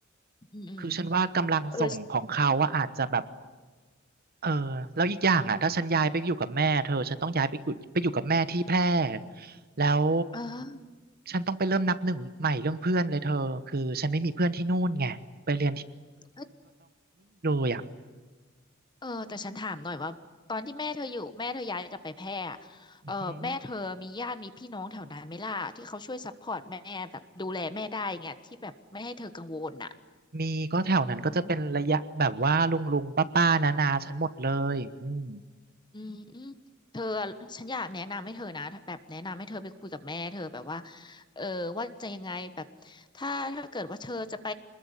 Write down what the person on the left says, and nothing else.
อืมอืม
เออ
เออ
เออ
เออแต่ฉันถามหน่อยว่าตอนที่แม่เธออยู่แม่เธอย้ายกลับไปแพร่อะเออแม่เธอมีญาติมีพี่น้องแถวนั้นไหมล่ะที่เขาช่วยซัพพอร์ตแม่แบบดูแลแม่ได้เงี้ยที่แบบไม่ให้เธอกังวลอ่ะ
อืมอืมอืมเธอฉันอยากแนะนำให้เธอนะแบบแนะนำให้เธอไปคุยกับแม่เธอแบบว่าเออว่าจะยังไงแบบถ้าถ้าเกิดว่าเธอจะไป